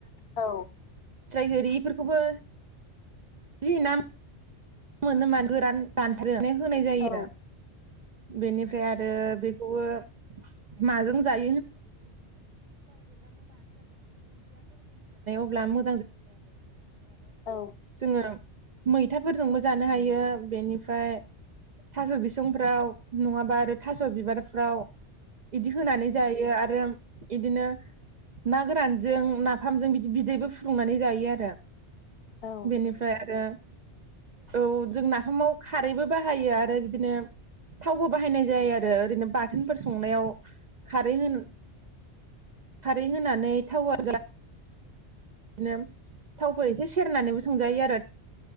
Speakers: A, on the left; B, on the right.
A: औ
B: ट्राय गोरिफोरखौबो जि नाम मोनो मानो गोरान रानथारो <unintelligible> होनाय जायो
A: औ
B: रा बेनिफ्राय आरो बे <unintelligible> ओमफ्राय आरो
A: औ
B: जोङो मैथाफोरजोंबो जानो हायो बेनिफ्राय थास' बिसंफ्राव नङाबा आरो थास' बिबारफ्राव इदि होनानै जायो आ आरो इदिनो ना गोरानजों नाफामजों बिदि बिदैबो फुदुंनानै जायो आरो
A: औ
B: बेनिफ्राय आरो औ जों नाफामाव खारैबो बाहायो आरो बिदिनो थावबो बाहायनाय जायो आरो ओरैनो बाथोनफोर संनायाव खारै होन खारै होनानै थाव <unintelligible> बिदिनो थावफोर एसे सेरनानैबो संजायो आरो